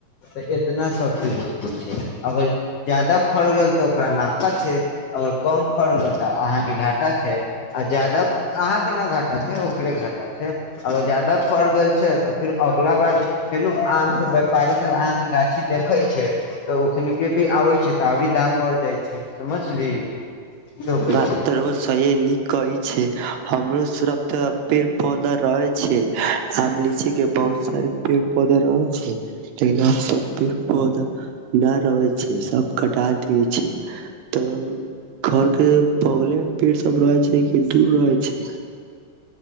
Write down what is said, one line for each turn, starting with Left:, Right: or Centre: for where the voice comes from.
Left: तऽ एतना सब चीज होइ छै अगर ज्यादा फड़ गेल तऽ ओकरा नफा छै अगर कम फड़ गेल तऽ अहाँके घाटा छै आ ज्यादा अहाँ के ना घाटा छै ओकरे घाटा छै अर ज्यादा फड़ गेल छै तऽ फेर अगलाा बार फेनू आम के व्यापारी सब अहाँके गाछी देखे छै तऽ ओखन के भी आबै छै तऽ आओरी दाम बढ़ जाइ छै समझली रोपै
Right: बात
Left: छै
Right: त रौवा निक कहे छै हमरो सरफ तऽ पेड़ पौधा रहै छै आम लीची बहुत सारी पेड़ पौधा रहय छै तैला तऽ पेड़ पौधा न रहैय छै सब कटा दै छै त घर के बगलेमे पेड़ सब रहै छै कि दूर रहै छै